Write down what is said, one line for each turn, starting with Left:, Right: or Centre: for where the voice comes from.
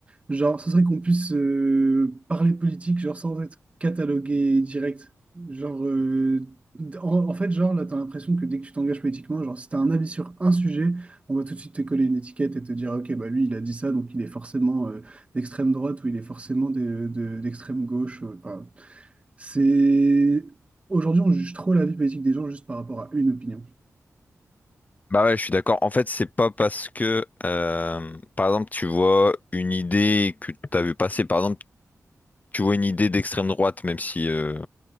Right: Genre, ce serait qu'on puisse euh, parler politique, genre sans être catalogué direct. Genre, euh, en, en fait, genre, là, t'as l'impression que dès que tu t'engages politiquement, genre, si t'as un avis sur un sujet, on va tout de suite te coller une étiquette et te dire, OK, bah lui, il a dit ça, donc il est forcément euh, d'extrême droite ou il est forcément de- de- d'extrême gauche. euh, Enfin, c'est... Aujourd'hui, on juge trop la vie politique des gens juste par rapport à une opinion.
Left: Bah ouais, je suis d'accord. En fait, c'est pas parce que, euh, par exemple, tu vois une idée que t'as vu passer, par exemple, tu vois une idée d'extrême droite, même si euh,